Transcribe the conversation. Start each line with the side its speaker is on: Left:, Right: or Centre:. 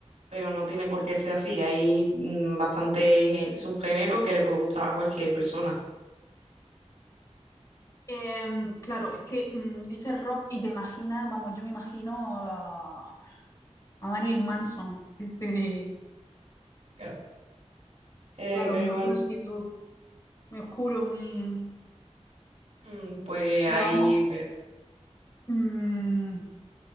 Right: pero no tiene por qué ser así, hay mm, bastante gen- subgénero que le puede gustar a cualquier persona.
Left: Em, claro, es que mm, dices rock y te imaginas, vamos, yo me imagino a, a Marilyn Manson. Este,
Right: Claro. Eh,
Left: Claro,
Right: Mary
Left: me imagino
Right: Manson.
Left: así todo muy oscuro, muy...
Right: Mm, pues
Left: Pero
Right: ahí,
Left: vamos,
Right: pero,
Left: mm,